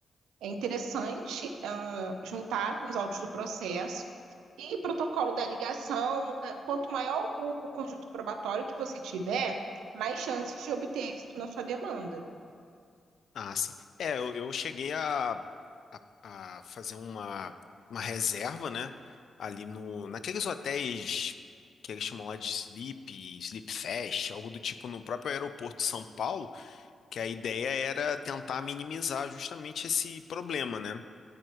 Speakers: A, on the right; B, on the left.
A: é interessante ah, juntar nos autos do processo. E protocolo da ligação, ah, quanto maior o conjunto probatório que você tiver, mais chances de obter êxito na sua demanda.
B: Ah, sim. É, eu, eu cheguei a a, a fazer uma, uma reserva, né? Ali no, naqueles hotéis que eles chamam lá de Sleep, Sleep Fest, algo do tipo no próprio aeroporto de São Paulo, que a ideia era tentar minimizar justamente esse problema, né?